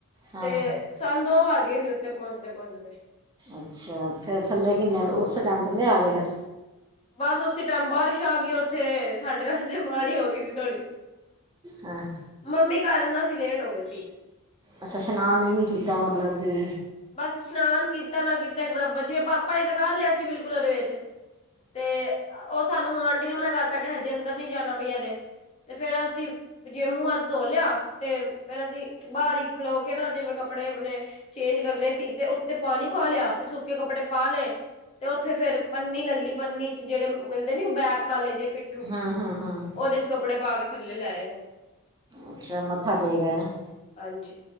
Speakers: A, on the right; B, on the left.
A: ਹਾਂ
B: ਤੇ ਸਾਨ ਦੋ ਵੱਜ ਗਏ ਸੀ ਉੱਤੇ ਪਹੁੰਚਦੇ- ਪਹੁੰਚਦੇ।
A: ਅੱਛਾ ਫਿਰ ਥੱਲੇ ਕਿੰਨੇ, ਉਸੇ ਟੈਮ ਥੱਲੇ ਆ ਗਏ ਫਿਰ।
B: ਬਸ ਉਸੇ ਟੈਮ ਬਾਰਿਸ਼ ਆ ਗੀ ਓਥੇ, ਸਾਡੇ ਨਾਲ ਤੇ ਮਾੜੀ ਹੋ ਗੀ ਸੀ ਥੋੜੀ।
A: ਹਾਂ।
B: ਮੰਮੀ ਘਰ ਨਾ ਆਸੀ ਲੇਟ ਹੋ ਗੇ ਸੀ।
A: ਅੱਛਾ ਸ਼ਨਾਨ ਈ ਨੀ ਕੀਤਾ ਮਤਲਬ ਕੀ।
B: ਬਸ ਇਸ਼ਨਾਨ ਕੀਤਾ ਨਾ ਕੀਤਾ ਏਕ ਬਰਾਬਰ ਜਿਵੇਂ ਪਾਪਾ ਨੇ ਤੇ ਕਰ ਲਿਆ ਸੀ ਬਿਲ ਬਿਲਕੂਲ ਓਦੇ ਵਿੱਚ ਤੇ ਓ ਸਾਨੂੰ ਆਂਟੀ ਨੇ ਮਨਾ ਕਰਤਾ ਕਿ ਹਜੇ ਅੰਦਰ ਨੀ ਜਾਨਾ ਬਈ ਐਦੇ ਤੇ ਫੇਰ ਅਸੀਂ ਜਿਵੇਂ ਮੂੰ ਹੱਥ ਧੋ ਲਿਆ ਤੇ ਫੇਰ ਅਸੀਂ ਬਾਰ ਹੀ ਖਲੋ ਕੇ ਨਾ ਜਿਵੇਂ ਕੱਪੜੇ ਅਪਨੇ ਚੇ ਚੇਂਜ ਕਰਨੇ ਸੀ ਤੇ ਉੱਤੇ ਪਾਣੀ ਪਾ ਲਿਆ ਤੇ ਸੁੱਕੇ ਕੱਪੜੇ ਪਾ ਲੇ। ਤੇ ਉੱਥੇ ਫੇਰ ਪੰਨੀ ਲੈ ਲੀ। ਪੰਨੀ ਚ ਜੇੜੇ ਮਿਲਦੇ ਨੀ ਓ ਬੈਗ ਕਾਲੇ ਜੇ ਪਿੱਠੂ।
A: ਹਾਂ- ਹਾਂ- ਹਾਂ।
B: ਓਦੇ ਚ ਕੱਪੜੇ ਪਾ ਕੇ ਥੱਲੇ ਲੈ ਆਏ ਫੇਰ।
A: ਅੱਛਾ, ਮੱਥਾ ਟੇਕ ਆਏ ਹੈ।
B: ਹਾਂਜੀ।